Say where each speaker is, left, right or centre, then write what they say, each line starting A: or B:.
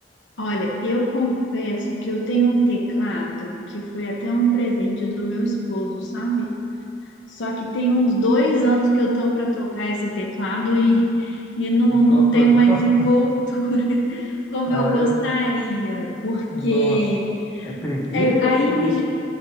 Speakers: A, on the left (about 80°); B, on the left (about 15°).
A: Olha, eu confesso que eu tenho um teclado que foi até um presente do meu esposo, sabe? Só que tem uns dois anos que eu tô para tocar esse teclado e, e não,
B: Não toco,
A: não tenho
B: não.
A: mais
B: <laughs>
A: envoltura <laughs> como
B: Ah,
A: eu gostaria,
B: é?
A: porque.
B: Nossa. É preguiça?
A: É, Aí me,